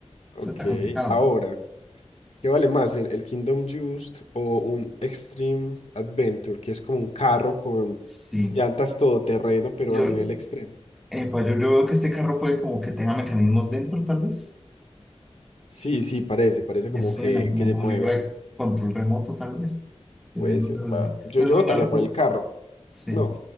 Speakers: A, on the left; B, in the centre.
A: Ok,
B: Eso está complicado.
A: ahora, ¿qué vale más? ¿El, el Kingdom Just o un Extreme Adventure, que es como un carro con
B: Sí.
A: llantas todoterreno, pero
B: Yo,
A: a nivel extremo?
B: epa, yo, yo veo que este carro puede como que tenga mecanismos dentro, tal vez.
A: Sí, sí, parece, parece
B: Me
A: como
B: suena
A: que,
B: como,
A: que se
B: como
A: mueve.
B: si fuera control remoto, tal vez. Es
A: Pues
B: de-
A: va, yo,
B: es
A: yo
B: muy
A: votaría
B: maluco.
A: por el carro.
B: Sí.
A: No,